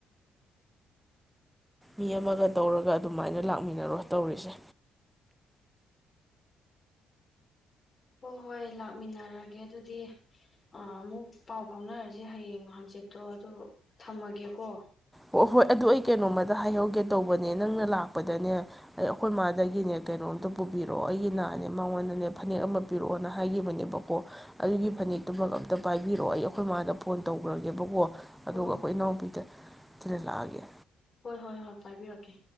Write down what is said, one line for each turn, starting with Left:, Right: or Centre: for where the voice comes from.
Centre: ꯃꯤ ꯑꯃꯒ ꯇꯧꯔꯒ ꯑꯗꯨꯃꯥꯏꯅ ꯂꯥꯛꯃꯤꯟꯅꯔꯣ ꯇꯧꯔꯤꯁꯦ
Left: ꯍꯣꯏ ꯍꯣꯏ ꯂꯥꯛꯃꯤꯟꯅꯔꯒꯦ ꯑꯗꯨꯗꯤ ꯑ ꯑꯃꯨꯛ ꯄꯥꯎ ꯐꯥꯎꯅꯔꯁꯦ ꯍꯌꯦꯡ ꯍꯪꯆꯤꯠꯇꯣ ꯑꯗꯨ ꯊꯝꯃꯒꯦꯀꯣ
Centre: ꯍꯣꯏ ꯍꯣꯏ ꯑꯗꯨ ꯑꯩ ꯀꯩꯅꯣꯝꯃꯗ ꯍꯥꯏꯍꯧꯒꯦ ꯇꯧꯕꯅꯦ ꯅꯪꯅ ꯂꯥꯛꯄꯗꯅꯦ ꯑꯩ ꯑꯩꯈꯣꯏ ꯃꯥꯗꯒꯤꯅꯦ ꯀꯩꯅꯣꯝꯇ ꯄꯨꯕꯤꯔꯛꯑꯣ ꯑꯩꯒꯤ ꯅꯥꯅꯦ ꯃꯉꯣꯟꯗꯅꯦ ꯐꯅꯦꯛ ꯑꯃ ꯄꯤꯔꯛꯑꯣꯅ ꯍꯥꯏꯒꯤꯕꯅꯦꯕꯀꯣ ꯑꯗꯨꯒꯤ ꯐꯅꯦꯛꯇꯨꯃꯛ ꯑꯝꯇ ꯄꯥꯏꯕꯤꯔꯛꯑꯣ ꯑꯩ ꯑꯩꯈꯣꯏ ꯃꯥꯗ ꯐꯣꯟ ꯇꯧꯈ꯭ꯔꯒꯦꯕꯀꯣ
Left: ꯑꯣ
Centre: ꯑꯗꯨꯒ ꯑꯩꯈꯣꯏ ꯏꯅꯥꯎꯄꯤꯗ ꯊꯤꯂꯟ ꯂꯥꯛꯑꯒꯦ
Left: ꯍꯣꯏ ꯍꯣꯏ ꯍꯣꯏ ꯄꯥꯏꯕꯤꯔꯛꯀꯦ